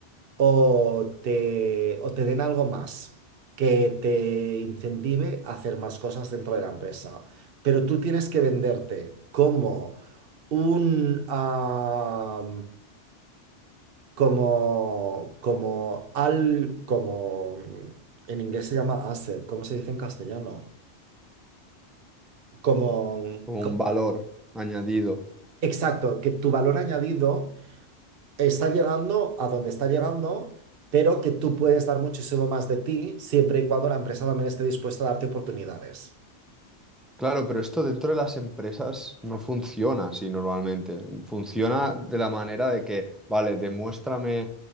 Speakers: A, on the right; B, in the centre.
A: o te, o te den algo más que te incentive a hacer más cosas dentro de la empresa. Pero tú tienes que venderte como un, ah, como, como al, como, en inglés se llama asset, ¿cómo se dice en castellano? Como,
B: como
A: co-
B: un valor añadido.
A: exacto, que tu valor añadido está llegando a donde está llegando, pero que tú puedes dar muchísimo más de ti siempre y cuando la empresa también esté dispuesta a darte oportunidades.
B: Claro, pero esto dentro de las empresas no funciona así normalmente. Funciona de la manera de que, vale, demuéstrame